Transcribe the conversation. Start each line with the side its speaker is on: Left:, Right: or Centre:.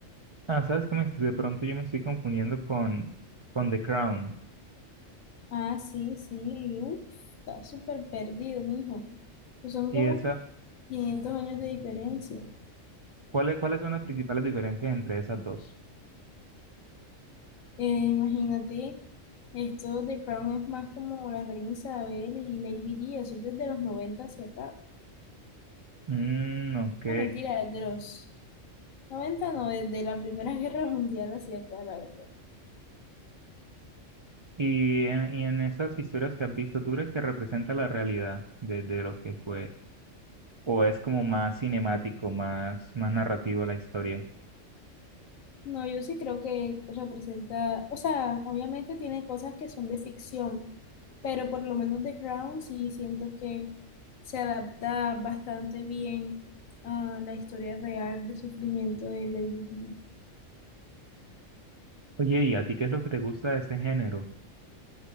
Right: Ah, sabes que de pronto yo me estoy confundiendo con, con The Crown.
Left: Ah, sí, sí, uf, está súper perdido, mijo. Pues son
Right: Y
Left: como
Right: esa
Left: qui- 500 años de diferencia.
Right: ¿Cuáles, cuáles son las principales diferencias entre esas dos?
Left: Eh, imagínate, esto de Crown es más como la reina Isabel y Lady Di, eso es desde los 90 hacia acá.
Right: Mm, ok.
Left: No, mentira, desde los 90 no, desde la Primera <laughs> Guerra Mundial hacia acá, la verdad.
Right: Y en, y en esas historias que has visto, ¿tú crees que representa la realidad de, de lo que fue? ¿O es como más cinemático, más, más narrativo la historia?
Left: No, yo sí creo que representa, o sea, obviamente tiene cosas que son de ficción, pero por lo menos The Crown sí siento que se adapta bastante bien a la historia real de sufrimiento de Lady Di.
Right: Oye, ¿y a ti qué es lo que te gusta de ese género?